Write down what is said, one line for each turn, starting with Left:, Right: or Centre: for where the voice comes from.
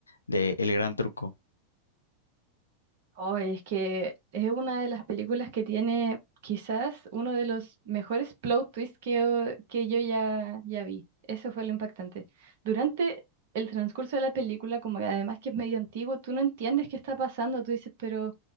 Left: de El Gran Truco?
Right: Oh, es que es una de las películas que tiene quizás uno de los mejores plot twists que, que yo ya, ya vi. Eso fue lo impactante. Durante el transcurso de la película, como que además que es medio antiguo, tú no entiendes qué está pasando. Tú dices, pero,